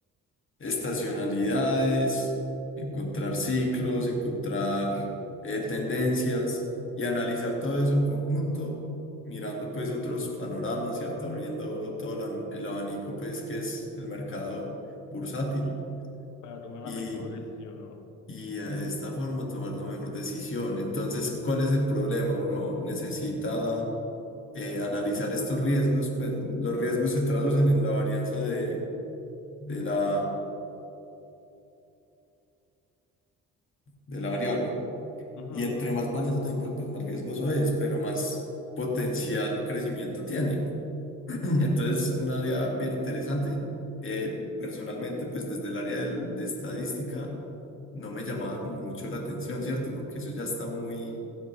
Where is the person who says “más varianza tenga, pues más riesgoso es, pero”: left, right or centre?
Left